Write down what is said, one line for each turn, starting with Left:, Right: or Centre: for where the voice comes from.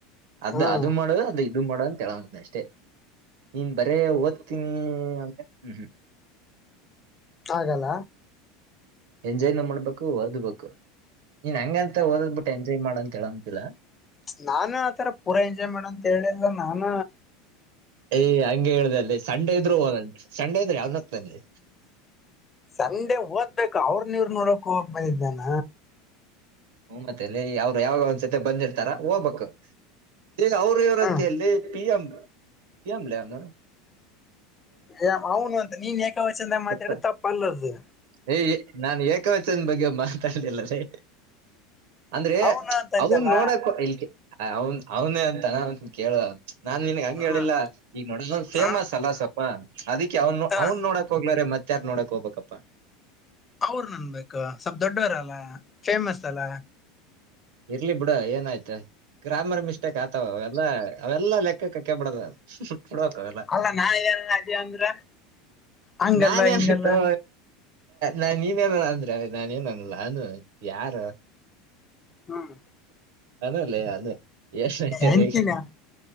Right: ಅದ
Left: ಹ್ಮ್
Right: ಅದು ಮಾಡುವ ಅದು ದುಡು ಮಾಡ ಅಂತಂತನಿ ಅಷ್ಟೇ ನೀನ್ ಬರೇ ಓದ್ತೀನಿ ಅಂತ ಹ್ಮ್ ಹ್ಮ್
Left: ಹಾಗಲ್ಲ
Right: ಎಂಜಾಯ್ ನ ಮಾಡ್ಬೇಕು ಓದ್ಬೇಕು ನೀನ್ ಹಂಗಂತ ಓದದ್ ಬಿಟ್ಟ ಬಿಟ್ಟು ಎಂಜಾಯ್ ಮಾಡ ಅಂತ ಹೇಳಾಗಿಲ್ಲ
Left: ನಾನ ಆತರ ಪೂರಾ ಎಂಜಾಯ್ ಮಾಡ ಅಂತ ಹೇಳಿಲ್ ನಾನ
Right: ಯ್ ಹಂಗೆ ಹೇಳ್ದಲ್ಲಲೇ ಸಂಡೆ ಇದ್ರು ಹೋಗ್ ಅಂದಿ ಸಂಡೆ ಇದ್ರೆ ಯಾವಗ ಆಗುತೆ ಲೇ
Left: ಸಂಡೆ ಓದ್ಬೇಕು ಅವ್ರ ನೀರ್ ನೂರಕ್ ಹೋಗ್ ಬಂದಿದ್ದಾನ
Right: ಹ್ಮ ಮತ್ತೆಲ್ಲಿ ಅವರು ಯಾವಾಗ ಒಂದ್ಸತೆ ಬಂದಿಡ್ತಾರ ಹೋಗ್ಬೇಕು ದೇ ಅವ್ರ ಇವ್ರಂತ
Left: ಹ್ಮ್
Right: ಅಲ್ಲಿ ಪಿ ಎಂ ಪಿಎಂ ಲೇ ಅದು
Left: ಏ ಅವನು ಅಂತ ನೀನ್ ಏಕವಚಂದ ಮಾತಾಡು
Right: ಗೊತ್ತ
Left: ತಪ್ಪ ಅಲ್ಲದು
Right: ಏ ನಾನ್ ಏಕವಚನ ಬಗ್ಗೆ ಮಾತಾಡ್ಲಿಲ್ಲ ರೀ ಅಂದ್ರೆ
Left: ಅವನು ಅಂತ ಅಂದಲ್ಲ
Right: ಅವನ್ ನೋಡಕ ಇ ಅವನ್ ಅವನೇ ಅಂತನಂತ ಕೇಳುವ ನಾನ್ ನಿನ್ಗ್ ಹಂಗ
Left: ಹ್ಮ್
Right: ಹೇಳಿಲ್ಲ ಈಗ ನೋಡಂದ್ ಫೇಮಸ್
Left: ಹಾ
Right: ಅಲ್ಲಾ ಸ್ವಪ ಅದಿಕ್ಕೆ ಅವ್ನ್
Left: ಹ
Right: ಅವನ್ ನೋಡಾಕ್ ಹೋಗ್ಲಾರ ಮತ್ತ್ಯಾರ್ ನೋಡಕ್ ಹೋಗ್ಬೇಕಪ್ಪಾ
Left: ಅವರು ಅನ್ಬೇಕು ಸ್ವಲ್ಪ ದೊಡ್ಡವರಲ್ಲ ಫೇಮಸ್ ಅಲ್ಲ
Right: ಇರ್ಲಿ ಬಿಡ ಏನಾಯ್ತ ಗ್ರಾಮರ್ ಮಿಸ್ಟೇಕ್ ಆತಾವ ಎಲ್ಲ ಅವೆಲ್ಲಾ ಲೆಕ್ಕ ಕಕ್ಕೆ ಹಾಕೋಬಾರದು ಕುರಿಕೆ ಆಗೋಲ್ಲ
Left: ಅಲ್ಲ ನಾನ ಅದೇ ಅಂದ್ರ ಹಂಗಲ್ಲ
Right: ನನ್
Left: ಹಿಂಗಲ್ಲ
Right: ಎಲ್ಲಿ ಥೋ ನಾನ್ ನೀನ ಏನನ ಅಂದ್ರೆ ನಾನನ್ ಏನ ಅನ್ಲ್ಲ ಅಾನ ಯಾರು
Left: ಹ್ಮ್
Right: ಅನಲ್ಲ ಅದ ಏಷ್ಟಐತ
Left: ಅಂತಿನ
Right: ಹೇಳಗ